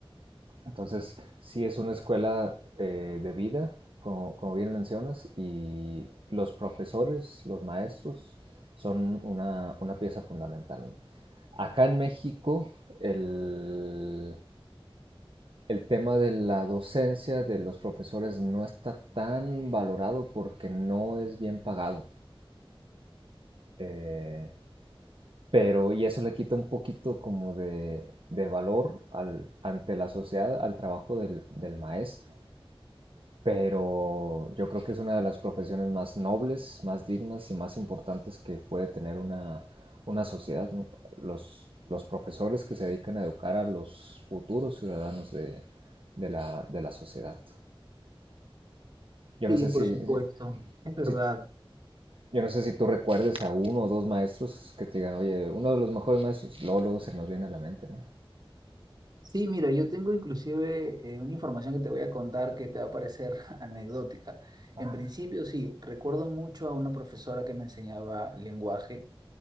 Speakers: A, on the right; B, on the right.
A: Entonces, sí es una escuela eh, de vida, como, como bien mencionas, y los profesores, los maestros, son una, una pieza fundamental. ¿no? Acá en México, el, el tema de la docencia de los profesores no está tan valorado porque no es bien pagado. Eh, pero, y eso le quita un poquito como de, de valor al, ante la sociedad al trabajo del, del maestro. pero yo creo que es una de las profesiones más nobles, más dignas y más importantes que puede tener una, una sociedad. ¿no? Los, los profesores que se dedican a educar a los futuros ciudadanos de, de, la, de la sociedad. Yo
B: Sí,
A: no sé
B: por
A: si,
B: supuesto, es verdad.
A: si- yo no sé si tú recuerdes a uno o dos maestros que te digan, oye, uno de los mejores maestros, luego, luego se nos viene a la mente, ¿no?
B: Sí, mira, yo tengo inclusive eh, una información que te voy a contar que te va a parecer <laughs> anecdótica.
A: Ajá,
B: En principio, sí, recuerdo mucho a una profesora que me enseñaba lenguaje.